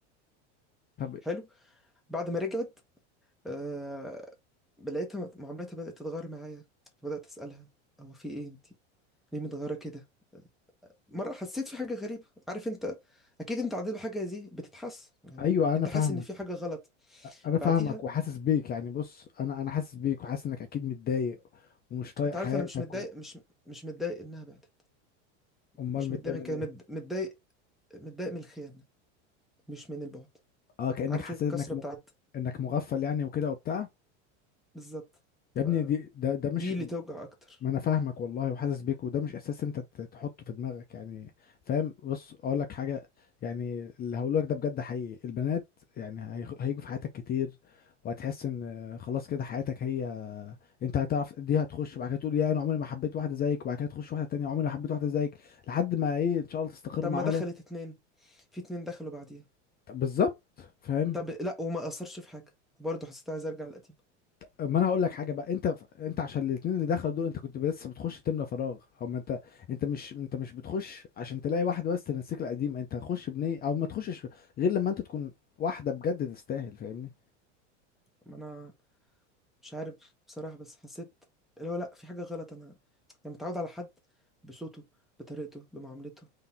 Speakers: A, on the left; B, in the centre.
A: طب
B: حلو بعد ما رجعت آه لقيتها معاملتها بدات تتغير معايا بدات اسالها هو في ايه انتي ليه متغيره كده آه، مرة حسيت في حاجة غريبة عارف انت اكيد انت عديت بحاجة زي دي، بتتحس يعني
A: ايوه انا
B: انت
A: فاهمك
B: حاسس ان في حاجة غلط
A: انا
B: بعديها
A: فاهمك وحاسس بيك يعني بص انا انا حاسس بيك وحاسس انك اكيد متضايق ومش طايق
B: انت
A: حياتك
B: عارف انا مش متضايق
A: و...
B: مش مش متضايق انها بعدت
A: امال
B: مش
A: متضايق
B: متضايق
A: من
B: من كده
A: ايه
B: مت- متضايق متضايق من الخيانه مش من البعد
A: اه كانك
B: عارف
A: حسيت
B: الكسره
A: انك م...
B: بتاعت
A: انك مغفل يعني وكده وبتاع
B: بالظبط
A: يا
B: ف
A: ابني دي ده ده مش
B: دي اللي توجع اكتر
A: ما انا فاهمك والله وحاسس بيك وده مش احساس انت ت- تحطه في دماغك يعني فاهم بص اقول لك حاجه يعني اللي هقوله لك ده بجد حقيقي البنات يعني هيخ- هيجوا في حياتك كتير وهتحس ان خلاص كده حياتك هي انت هتعرف دي هتخش بعد كده تقول يا انا عمري ما حبيت واحده زيك وبعد كده تخش واحده تانية عمري ما حبيت واحده زيك لحد ما ايه ان شاء الله تستقر
B: طب
A: مع
B: ما
A: واحده
B: دخلت اتنين في اتنين دخلوا بعديها
A: بالظبط فاهم
B: طب لا وما اثرش في حاجه وبرضه حسيت عايز ارجع للقديم
A: ما انا هقول لك حاجه بقى انت انت عشان الاثنين اللي دخلوا دول انت كنت بس بتخش تملى فراغ هو ما انت انت مش انت مش بتخش عشان تلاقي واحده بس تنسيك القديم انت هتخش بنيه او ما تخشش غير لما انت تكون واحده بجد تستاهل فاهمني
B: ما انا مش عارف بصراحه بس حسيت اللي هو لا في حاجه غلط انا يعني متعود على حد بصوته بطريقته بمعاملته